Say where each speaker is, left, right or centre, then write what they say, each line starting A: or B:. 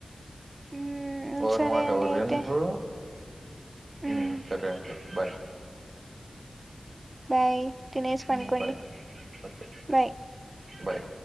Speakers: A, on the right; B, on the right.
A: మ్
B: ఒకరి
A: సరే
B: మాట
A: అండి
B: ఒకరు
A: అయితే
B: వినరు హ్మ్మ్
A: మ్
B: సరే అండి బై్
A: బాయ్ తినేష్ పనికోండి
B: ఉమ్, బాయ్ ఓకే
A: బయ్
B: బాయ్